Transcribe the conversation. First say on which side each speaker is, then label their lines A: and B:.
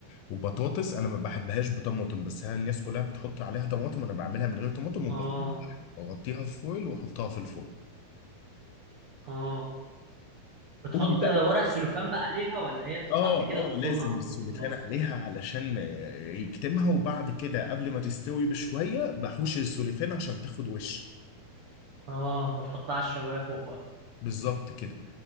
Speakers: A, on the left (about 80°); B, on the right (about 85°).
A: وبطاطس انا ما بحبهاش بطماطم بس هي الناس كلها بتحط عليها طماطم انا بعملها من غير طماطم وبحط
B: اه
A: اغطيها في فويل واحطها في الفرن
B: اه بتحط
A: قول لي بقى
B: ورق سلوفان بقى عليها ولا هي بتتحط
A: اه
B: كده
A: اه
B: في الفرن
A: لازم
B: على
A: السلوفان
B: طول خلاص
A: عليها علشان آه، يكتمها وبعد كده قبل ما تستوي بشوية بحوش السلوفان عشان تاخد وش
B: اه وتحطها على الشوايه فوق بقى
A: بالظبط كده